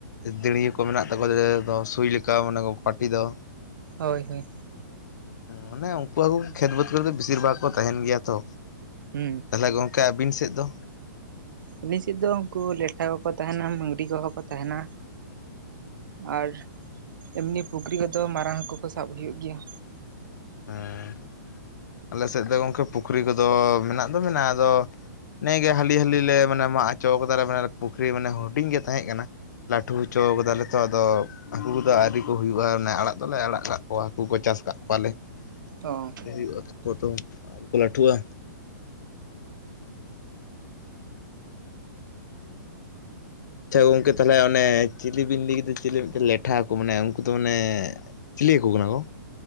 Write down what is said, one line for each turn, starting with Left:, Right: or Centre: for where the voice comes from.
Left: ᱫᱟᱹᱲᱭᱟᱹ ᱠᱚ ᱢᱮᱱᱟᱜ ᱛᱟᱠᱚ ᱫᱚ ᱥᱩᱭ ᱞᱮᱠᱟ ᱢᱟᱱᱮ ᱯᱟᱴᱤ ᱫᱚ᱾
Right: ᱦᱳᱭ ᱦᱳᱭ
Left: ᱦᱩᱸ ᱢᱟᱱᱮ ᱩᱱᱠᱩ ᱠᱩ ᱠᱷᱮᱛ ᱵᱟᱹᱫᱽ ᱠᱚᱨᱮ ᱫᱚ ᱵᱤᱥᱤᱨ ᱵᱷᱟᱜᱽ ᱠᱚ ᱛᱟᱦᱮᱱ ᱜᱮᱭᱟ ᱛᱚ᱾
Right: ᱦᱩᱸ᱾
Left: ᱛᱟᱦᱚᱞᱮ ᱜᱚᱜᱠᱮ ᱟᱹᱵᱤᱱ ᱥᱮᱫ ᱫᱚ?
Right: ᱟᱹᱞᱤᱧ ᱥᱮᱫ ᱫᱚ ᱩᱱᱠᱩ ᱞᱮᱴᱷᱟ ᱠᱚᱠᱚ ᱛᱟᱦᱮᱱᱟ ᱢᱟᱹᱝᱜᱽᱨᱤ ᱠᱚᱦᱚᱸ ᱠᱚ ᱛᱟᱦᱮᱱᱟ᱾ ᱟᱨ ᱮᱢᱱᱤ ᱯᱩᱠᱷᱨᱤ ᱦᱚᱛᱚ ᱢᱟᱨᱟᱝ ᱦᱟᱹᱠᱩ ᱠᱚ ᱥᱟᱵ ᱦᱩᱭᱩᱜ ᱜᱮᱭᱟ᱾
Left: ᱦᱩᱸ ᱟᱞᱮ ᱥᱮᱫ ᱫᱚ ᱜᱚᱝᱠᱮ ᱯᱩᱠᱷᱨᱤ ᱠᱚᱫᱚ ᱢᱮᱱᱟᱜ ᱫᱚ ᱢᱮᱱᱟᱜᱼᱟ ᱟᱫᱚᱼᱼᱼ ᱱᱮᱜᱼᱮ ᱜᱮ ᱦᱟᱹᱞᱤ ᱦᱟᱹᱞᱤ ᱞᱮ ᱢᱟᱱᱮ ᱢᱟᱜ ᱦᱚᱪᱚ ᱠᱟᱫᱟᱞᱮ ᱢᱟᱱᱮ ᱯᱩᱠᱷᱨᱤ ᱢᱟᱱᱮ ᱦᱩᱰᱤᱧ ᱜᱮ ᱛᱟᱦᱮᱸ ᱠᱟᱱᱟ᱾ ᱞᱟᱹᱴᱩ ᱦᱚᱪᱚ ᱠᱟᱫᱟᱞᱮ ᱛᱚ ᱟᱫᱚᱼᱼᱼ ᱦᱟᱹᱠᱩ ᱠᱚᱫᱚ ᱟᱹᱣᱨᱤ ᱠᱚ ᱦᱩᱭᱩᱜᱼᱟ ᱚᱱᱮ ᱟᱲᱟᱜ ᱫᱚᱞᱮ ᱟᱲᱟᱜ ᱠᱟᱜ ᱠᱚᱣᱟ ᱦᱟᱹᱠᱩ ᱠᱚ ᱪᱟᱥ ᱟᱠᱟᱫ ᱠᱚᱣᱟᱞᱮ᱾
Right: ᱚ
Left: ᱟᱞᱮ ᱦᱩᱭᱩᱜᱼᱟ ᱛᱟᱠᱚ ᱛᱚ ᱟ. ᱨᱤ ᱠᱚ ᱞᱟᱹᱴᱷᱩᱜᱼᱟ᱾ ᱟᱪᱪᱷᱟ ᱜᱚᱝᱠᱮ ᱛᱟᱦᱚᱞᱮ ᱚᱱᱮ ᱪᱤᱞᱤ ᱵᱤᱱ ᱞᱟ. ᱭ ᱠᱮᱫᱟ ᱪᱤᱞᱤ ᱢᱤᱫᱴᱟ. ᱝ ᱞᱮᱴᱷᱟ ᱠᱚ ᱢᱟᱱᱮ ᱩᱱᱠᱩ ᱫᱚ ᱢᱟᱱᱮᱼᱼᱼ ᱪᱤᱞᱤ ᱦᱟᱹᱠᱩ ᱠᱟᱱᱟ ᱠᱚ?